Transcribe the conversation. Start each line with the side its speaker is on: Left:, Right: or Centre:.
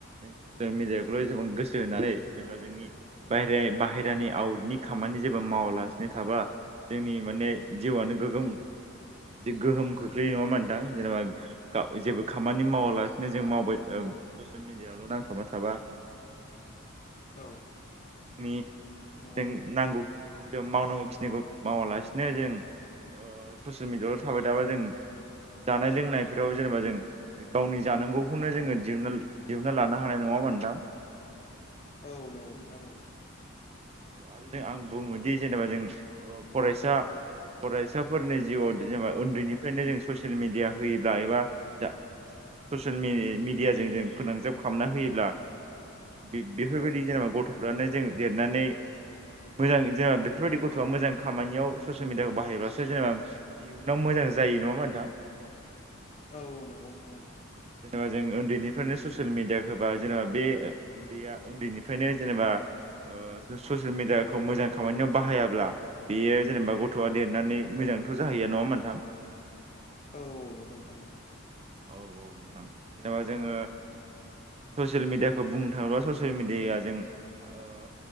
Right: <unintelligible> गोसो होनानै जेनबा जोंनि बाहेरे-बाहेरा नि आउटनि खामानि जेबो मावालासिनो थाबा जोंनि माने जिउआनो गोग्गोम जे गोहोम खोख्लैयो नङा होनबा नोथां? जेनेबा गा जेबो खामानि मावालासिनो
Left: औ
Right: जों मावबाय ओ स'सियेल मिडियाआवल' नांथाबना थाबा
Left: औ
Right: नि
Left: नंगौ
Right: जों
Left: नोंथां औ
Right: नांगौखिनिखौ जों मावनांगौ खिनिखौ मावालासिनो जों ओ ससियेल मिडियाआवल' थाबाय थाबा जों जानाय लोंनायफोराव जेनेबा जों गावनि जानांगौखौनो जोङो दिहुनना दिहुनना लानो हानाय नङा। नङा होम्बा नोंथां?
Left: औ नंगौ नोंथां औ।
Right: औ आरो जों आं बुङोदि जेनेबा जों ओ फरायसा फरायसा फोरनि जिउआव
Left: औ
Right: जेनबा उन्दैनिफ्रायनो जों ससियेल मिडिया होयोब्ला एबा जा ससियेल मि-मिडियाजों जों फोनांजाब खालामना होयोब्ला बे-बेफोरबायदि
Left: औ
Right: जेनेबा गथ'फ्रानो जों देरनानै मोजां जेनेबा बेफोरबायदि गथ'आ मोजां खामानियाव ससियेल मिडियाखौ बाहायोब्लासो जेनेबा इयुनाव मोजां जा यो नङा ओमबा नोंथां?
Left: औ औ नंगौ नोंथां औ
Right: जेनेबा जों उन्दैनि फ्रायनो ससियेल मिडियाखो होबा जेनेबा बे उन्दैया उन्दैनिफ्रायनो जेनेबा ओ ससियेल मिडियाखौ मोजां खामानियाव बाहायाब्ला बेयो जेनेबा गथ'आ देरनानै मोजांथ' जाहैया नङा ओमबा नोंथां?
Left: औ औ नंगौ नोंथां औ।
Right: औ औ नोंथां। जेनेबा जोङो ससियेल मिडियाखौ बुंनो थाङोब्ला ससियेल मिडियाया जों ओ